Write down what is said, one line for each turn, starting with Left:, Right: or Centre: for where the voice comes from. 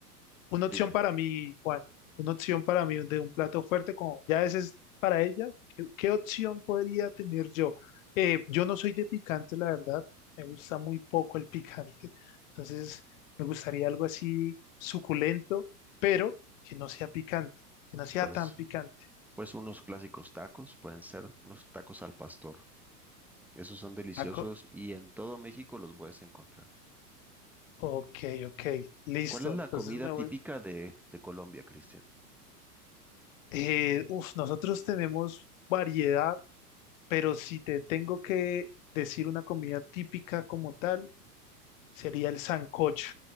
Left: una opción
Centre: dime,
Left: para mí, Juan, una opción para mí de un plato fuerte, como ya ese es para ella. ¿Qué, qué opción podría tener yo? Eh, yo no soy de picante, la verdad. Me gusta muy poco el picante. Entonces, me gustaría algo así suculento, pero que no sea picante, que no sea
Centre: pues,
Left: tan picante.
Centre: pues unos clásicos tacos, pueden ser unos tacos al pastor. Esos son deliciosos
Left: Taco.
Centre: y en todo México los puedes encontrar.
Left: Ok, ok, listo.
Centre: ¿Cuál es la
Left: Entonces
Centre: comida
Left: me
Centre: típica
Left: voy
Centre: de, de Colombia, Cristian?
Left: Eh, uf, nosotros tenemos variedad, pero si te tengo que decir una comida típica como tal, sería el sancocho,